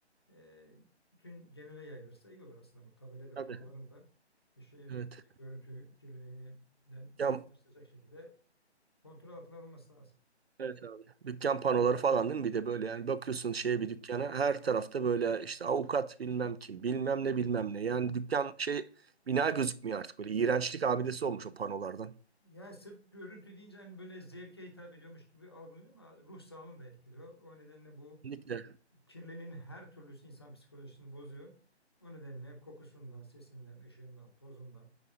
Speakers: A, on the left; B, on the right.
A: Ee, bütün genele yayılırsa iyi olur aslında bu tabela ve
B: mahallede.
A: panoların da bir şey
B: Evet.
A: görüntü kirliliğinden uzaklaştıracak
B: Ya
A: şekilde kontrol altına alınması lazım.
B: Evet abi. Dükkan panoları falan değil mi? Bir de böyle yani bakıyorsun şeye bir dükkana her tarafta böyle işte avukat bilmem kim bilmem ne bilmem ne. Yani dükkan şey bina gözükmüyor artık böyle iğrençlik abidesi olmuş o panolardan.
A: Yani sırf görüntü deyince hani böyle zevke hitap ediyormuş gibi algılanıyor ama ruh sağlığını da etkiliyor. O nedenle bu
B: Kesinlikle.
A: kirliliğin her türlüsü insan psikolojisini bozuyor. O nedenle kokusundan, sesinden, ışığından, tozundan,